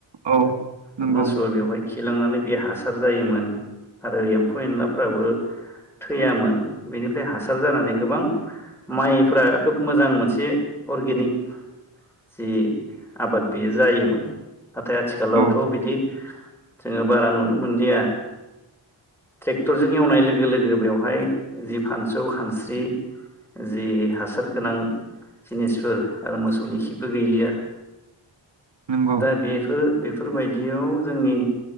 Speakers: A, on the right; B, in the centre.
A: औ
B: मोसौआ
A: नंगौ।
B: बेवहाय खिलांनानै बे हासार जायोमोन आरो एम्फौ एनलाफोराबो थैयामोन बेनिफ्राय हासार जानानै गोबां माइफ्रा खोब मोजां मोनसे अरगेनिक जि आबाद बेयो जायोमोन। नाथाय आथिखालावथ'
A: औ
B: बिदि जोङो बारा नुनो मोनलिया। ट्रेक्टरजों एवनाय लोगो लोगो बेवहाय जि फानसौ खानस्रि जि हासार गोनां जिनिसफोर आरो मोसौनि खिबो गैलिया
A: नंगौ
B: दा बेफोर बे फोरबायदियाव जोंनि